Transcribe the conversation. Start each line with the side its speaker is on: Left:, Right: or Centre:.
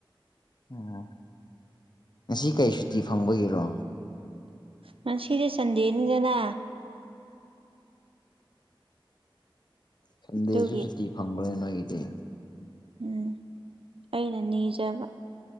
Left: ꯑꯣ ꯉꯁꯤ ꯀꯩ ꯁꯨꯇꯤ ꯐꯪꯕꯒꯤꯔꯣ
Right: ꯉꯁꯤꯁꯦ ꯁꯟꯗꯦꯅꯤꯗꯅ
Left: ꯁꯟꯗꯦꯁꯨ
Right: ꯑꯗꯨꯒꯤ
Left: ꯁꯨꯇꯤ ꯐꯪꯕ꯭ꯔꯅ ꯅ‌ꯣꯏꯒꯤꯗꯤ
Right: ꯎꯝ ꯑꯩꯅ ꯅꯤꯖꯕ